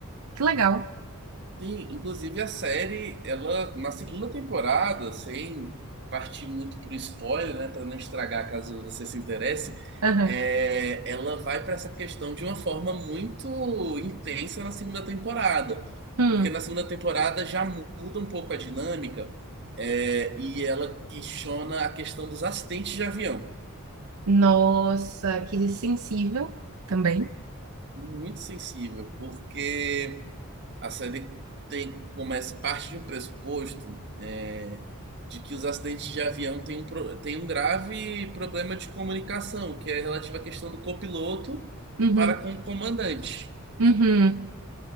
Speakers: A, on the right (about 80°); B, on the right (about 50°).
A: Que legal.
B: Sim, inclusive a série, ela na segunda temporada, sem partir muito pro spoiler, né, para não estragar caso você se interesse,
A: Aham.
B: é, ela vai para essa questão de uma forma muito intensa na segunda temporada,
A: Hum.
B: porque na segunda temporada já muda um pouco a dinâmica, é, e ela questiona a questão dos acidentes de avião,
A: Nossa, que sensível também.
B: muito sensível, porque A série tem, começa, parte de um pressuposto, é, de que os acidentes de avião têm um, pro- têm um grave problema de comunicação, que é relativo à questão do copiloto
A: Uhum,
B: para com o comandante.
A: uhum.